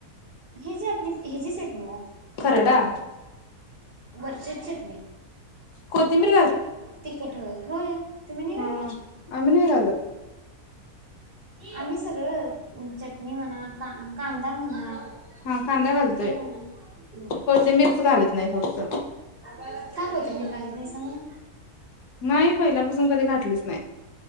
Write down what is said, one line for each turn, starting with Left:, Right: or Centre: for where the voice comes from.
Right: हे जे आपली ह जी चटणी हो
Left: खरडा
Right: हा वरचीची चटणी.
Left: कोथिंबीर
Right: तिकट होय होय. तुम्ही नाही
Left: हम
Right: घालत
Left: ह आम्ही नाही घालत.
Right: आम्ही सगळं चटणी म्हणा का कांदा म्हणा <unintelligible>
Left: हा कांदा घालतोय कोथिंबीरच घालत नाही फक्त
Right: घालीेत नाही सा होय?
Left: नाही पहिल्यापासून कधी घातलीच नाय.